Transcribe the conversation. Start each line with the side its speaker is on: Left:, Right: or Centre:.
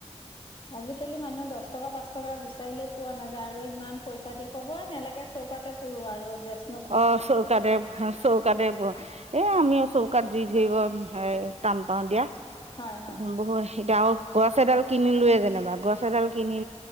Left: আজিকালি মানুহ দহ টকা পাঁচ টকা বিচাৰিলে পোৱা নাযায় আৰু ইমান পইচা দি ক'ব নালাগে চৌকাতে পুৰো আৰু গেছ
Right: অ চৌকাতে চৌকাতে পুৰ এ আমিও চৌকাত জুই ধৰিব এ টান পাও দিয়া
Left: হয় হয়
Right: একদম বহুত এতিয়া আৰু গছ এডাল কিনিলোৱে যেনিবা গছ এডাল কিনি